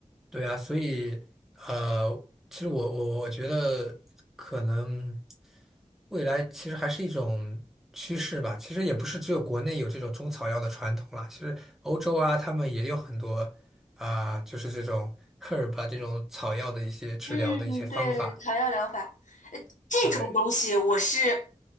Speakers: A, in the centre; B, on the left.
A: 对啊，所以呃，其实我我我觉得可能未来其实还是一种趋势吧。其实也不是只有国内有这种中草药的传统啦，其实欧洲啊，他们也有很多啊、就是这种 <laughs> herb 啊这种草药的一些治疗的一些方法。
B: 嗯，对，草药疗法，呃，这种东西我是
A: 对。